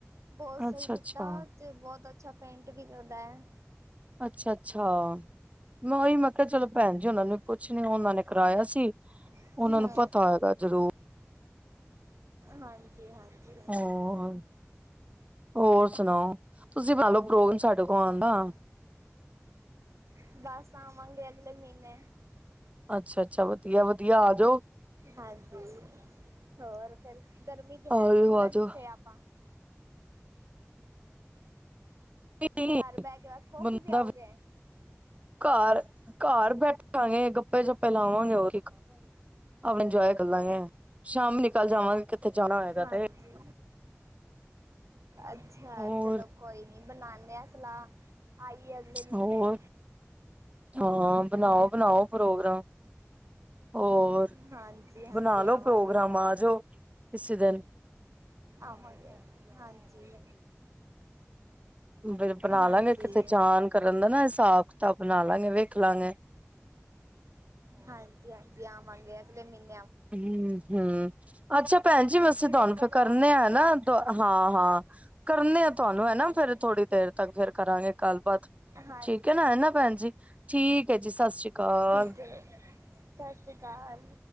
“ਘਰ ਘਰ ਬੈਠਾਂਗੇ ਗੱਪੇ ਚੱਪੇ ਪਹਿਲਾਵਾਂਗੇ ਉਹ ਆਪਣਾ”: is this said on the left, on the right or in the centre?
Right